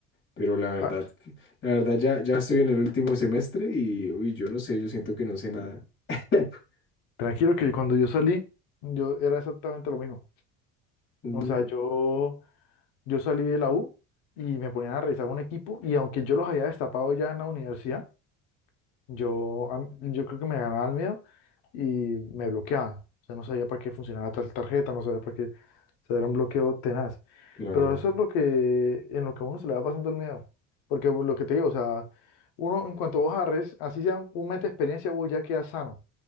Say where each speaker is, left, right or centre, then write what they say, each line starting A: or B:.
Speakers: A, on the left; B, on the left.
A: pero la verdad,
B: Ah,
A: la verdad ya, ya estoy en el último semestre y uy, yo no sé, yo siento que no sé nada. <laughs>
B: tranquilo, que cuando yo salí, yo era exactamente lo mismo.
A: Uh,
B: O sea, yo... yo salí de la U y me ponían a revisar un equipo y aunque yo los había destapado ya en la universidad, yo, a- yo creo que me ganaba el miedo y me bloqueaban. O sea, no sabía para qué funcionaba tal tarjeta, no sabía para qué, o sea, era un bloqueo tenaz.
A: claro.
B: Pero eso es lo que, en lo que a uno se le va pasando el miedo. Porque lo que te digo, o sea, uno en cuanto vos agarres, así sea un mes de experiencia, vos ya quedas sano.